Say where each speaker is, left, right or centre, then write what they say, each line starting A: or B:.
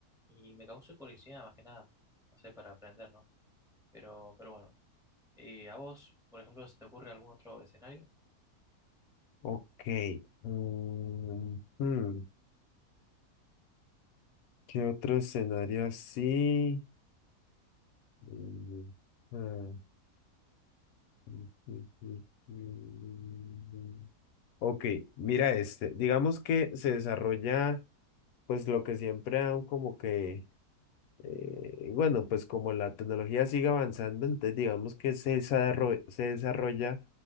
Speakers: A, in the centre; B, on the left.
A: y me causó curiosidad más que nada, no sé, para aprender, ¿no? Pero, pero bueno, Eh, ¿a vos, por ejemplo, se te ocurre algún otro escenario?
B: ok. Mm, hmm, ¿Qué otro escenario así? Mm, ah, mm, mm, mm, mm. mm, mm. Ok, mira este. Digamos que se desarrolla, pues lo que siempre han como que Eh, y bueno, pues como la tecnología sigue avanzando, entonces digamos que se desarrolla, se desarrolla